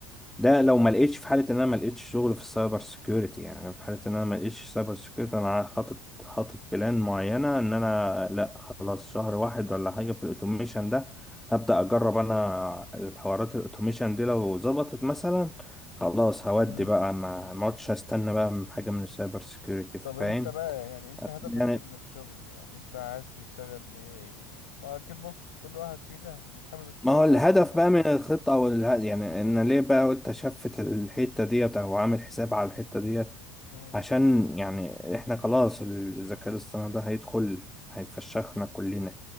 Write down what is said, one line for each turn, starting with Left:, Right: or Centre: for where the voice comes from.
Centre: ده لو ما لقيتش في حاله ان انا ما لقيتش شغل في السايبر سيكيورتي يعني في حاله ان انا ما لقيتش سايبر سيكيورتي انا حاطط حاطط بلان معينه ان انا لا خلاص شهر واحد ولا حاجه في الاوتوميشن ده هبدا اجرب انا الحوارات الاوتوميشن دي لو ظبطت مثلا خلاص هودي
Left: امم
Centre: بقى ما ما اقعدش استنى بقى من حاجه من السايبر سيكيورتي
Left: طب انت
Centre: فاهم
Left: بقى يعني انت هدفك
Centre: يعني
Left: ايه من الشغل يعني انت عايز تشتغل ليه ما اكيد بص كل واحد فينا مش حابب الشغل
Centre: ما هو الهدف
Left: علشان ايه
Centre: بقى من الخطه او اله- يعني ان ليه بقى قلت اشفت الحته ديت او عامل حساب على الحته ديت
Left: امم
Centre: عشان يعني احنا خلاص الذكاء الاصطناعي ده هيدخل هيفشخنا كلنا